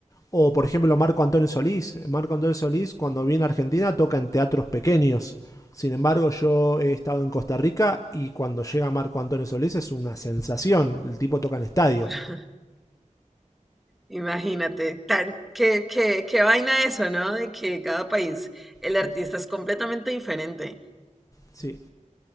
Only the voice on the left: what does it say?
o, por ejemplo, Marco Antonio Solís. Marco Antonio Solís, cuando viene a Argentina, toca en teatros pequeños. Sin embargo, yo he estado en Costa Rica y cuando llega Marco Antonio Solís es una sensación. El tipo toca en estadio.
Sí,
sí,